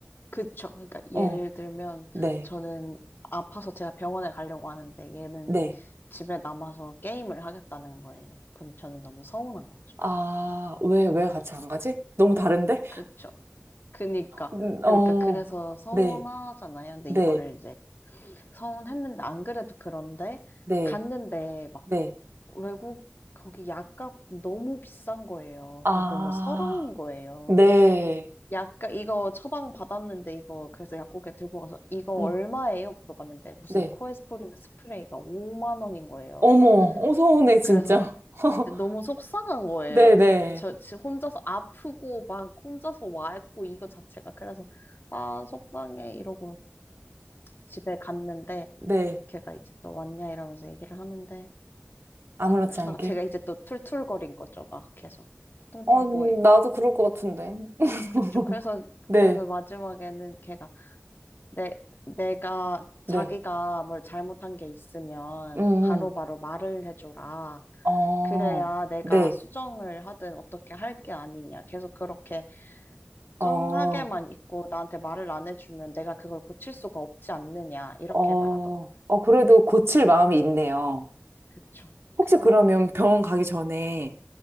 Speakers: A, on the left; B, on the right.
A: 그쵸. 그러니까 예를
B: 어,
A: 들면
B: 네,
A: 저는 아파서 제가 병원에 가려고 하는데 얘는
B: 네.
A: 집에 남아서 게임을 하겠다는 거예요. 그럼 저는 너무 서운한 거죠.
B: 아, 왜, 왜 같이 안 가지? 너무 다른데?
A: 그쵸. 그니까.
B: 음,
A: 그러니까
B: 어,
A: 그래서 서운하잖아요.
B: 네,
A: 근데
B: 네,
A: 이거를 이제 서운했는데 안 그래도 그런데
B: 네,
A: 갔는데 막
B: 네.
A: 외국 거기 약값 너무 비싼 거예요.
B: 아,
A: 너무 서러운 거예요.
B: 네,
A: 약간 이거 처방 받았는데 이거 그래서 약국에 들고 가서 이거
B: 응,
A: 얼마예요? 물어봤는데 무슨
B: 네.
A: 코에스리린 스프레이가 5만 원인 거예요.
B: 어머, 어, 서운해, 진짜.
A: 그래서
B: <laughs>
A: 너무 속상한 거예요.
B: 네, 네,
A: 저, 저 혼자서 아프고 막 혼자서 와 있고 이거 자체가 그래서 아 속상해 이러고 집에 갔는데
B: 네.
A: 걔가 이제 또 왔냐 이러면서 얘기를 하는데
B: 아무렇지
A: 막 하다가
B: 않게.
A: 제가 이제 또 툴툴거린 거죠. 막 계속 퉁퉁
B: 어, 음,
A: 부어 있고
B: 나도 그럴 것 같은데. <laughs>
A: 그쵸. 그래서
B: 네,
A: 그래서 마지막에는 걔가 내, 내가
B: 네.
A: 자기가 뭘 잘못한 게 있으면
B: 음,
A: 바로바로
B: 음.
A: 말을 해줘라.
B: 어,
A: 그래야 내가
B: 네.
A: 수정을 하든 어떻게 할 게 아니냐. 계속 그렇게
B: 어,
A: 뚱하게만 있고 나한테 말을 안 해주면 내가 그걸 고칠 수가 없지 않느냐. 이렇게
B: 어,
A: 말하더라고.
B: 어, 그래도 고칠 마음이 있네요.
A: 그쵸.
B: 혹시
A: 그런,
B: 그러면 병원 가기 전에